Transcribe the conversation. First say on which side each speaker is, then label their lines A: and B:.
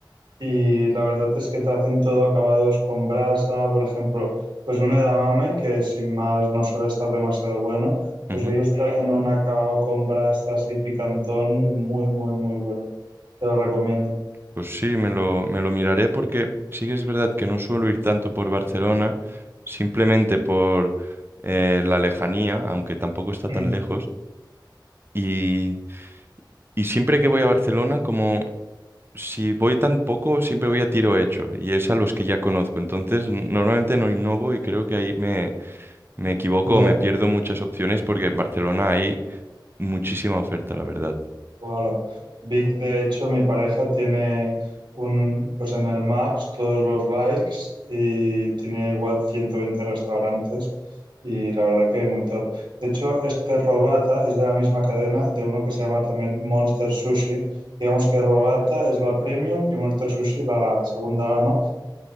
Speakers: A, on the right (about 75°); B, on the right (about 30°).
A: Y la verdad es que te hacen todo acabados con brasa, por ejemplo, pues un edamame, que sin más no suele estar demasiado bueno,
B: Ujú.
A: pues ellos te hacen un acabado con brasas y picantón muy, muy, muy bueno. Te lo recomiendo.
B: Pues sí, me lo, me lo miraré porque sí que es verdad que no suelo ir tanto por Barcelona, simplemente por eh, la lejanía, aunque tampoco está
A: Mm,
B: tan lejos. Y, y siempre que voy a Barcelona, como si voy tan poco, siempre voy a tiro hecho, y es a los que ya conozco. Entonces, n- normalmente no innovo y creo que ahí me, me equivoco
A: ya.
B: o me pierdo muchas opciones porque en Barcelona hay muchísima oferta, la verdad.
A: Claro. Vic, de hecho, mi pareja tiene un, pues en el Maps todos los likes y tiene igual 120 restaurantes y la verdad que muy top. De hecho, este Robata es de la misma cadena de uno que se llama también Monster Sushi. Digamos que Robata es la premium y Monster Sushi la segunda gama,